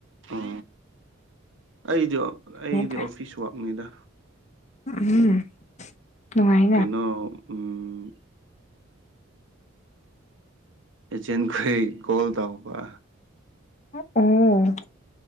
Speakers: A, on the right (about 65°); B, on the left (about 35°).
A: ꯑꯣ ꯑꯩꯗꯤ ꯑꯩꯗꯤ
B: ꯅꯦꯗ
A: ꯑꯣꯐꯤꯁ ꯋꯥꯛꯅꯤꯗ
B: ꯎꯝ ꯅꯨꯡꯉꯥꯏꯅ
A: ꯀꯩꯅꯣ ꯎꯝ ꯑꯦꯆꯦꯟꯈꯩ ꯀꯣꯜ ꯇꯧꯕ
B: ꯑꯣ